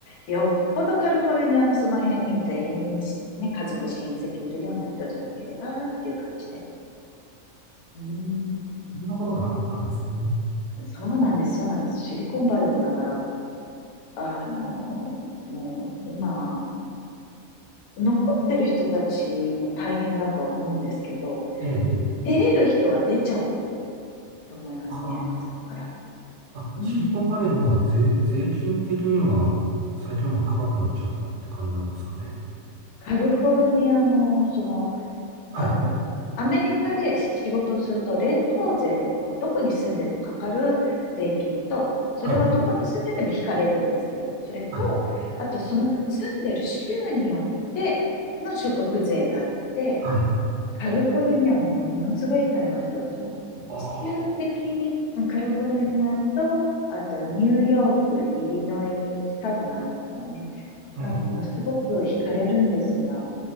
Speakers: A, on the left; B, on the right.
A: よっぽどカリフォルニアのその辺に全員、ね、家族、親戚いるような人じゃなければっていう感じで。うーん。
B: そんなことがあったんですね。
A: そうなんです、そうなんです。シリコンバレーもだから、あの、もう今、残ってる人たちも大変だと思うんですけど、
B: ええ、ええ
A: 出れる人は出ちゃうと思いますね、
B: あ
A: あそこから。
B: あ、あ、
A: うん。
B: シリコンバレーの方は税、税金的には最近もう高くなっちゃったって感じなんですかね。
A: カリフォルニアの、その、
B: はい、
A: あの、アメリカで仕事をすると、連邦税でこう、どこに住んでてかかる税金と、それはどこに住んでても引かれるんですけど、
B: はい、
A: それと、
B: はい、
A: あとその住んでる州によっての所得税があって、
B: はい。
A: カリフォルニアものすごい惹かれました、うちも。
B: ああ。
A: 地球的にうんカリフォルニアと、あとニューヨーク、イリノイ、シカゴのあるところね、ここはものすごく惹かれるんですよ。
B: はい